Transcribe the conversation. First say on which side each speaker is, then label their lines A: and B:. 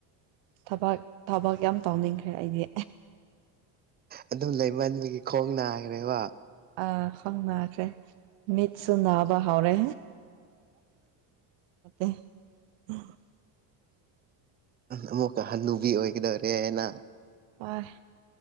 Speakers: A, on the right (about 65°); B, on the right (about 20°).
A: ꯊꯕꯛ ꯊꯕꯛ ꯌꯥꯝ ꯇꯥꯎꯅꯤꯡꯈ꯭ꯔꯦ ꯑꯩꯗꯤ
B: ꯑꯗꯨꯝ ꯂꯩꯃꯟꯕꯒꯤ ꯈꯣꯡ ꯅꯥꯈ꯭ꯔꯦꯕ
A: ꯑ ꯈꫭꯡꯅꯥꯈ꯭ꯔꯦ ꯃꯤꯠꯁꯨꯨ ꯅꯥꯕ ꯍꯧꯔꯦ <unintelligible>
B: ꯑꯃꯨꯛꯀ ꯍꯜꯂꯨꯕꯤ ꯑꯣꯏꯒꯗꯧꯔꯦꯅ
A: ꯍꫭꯏ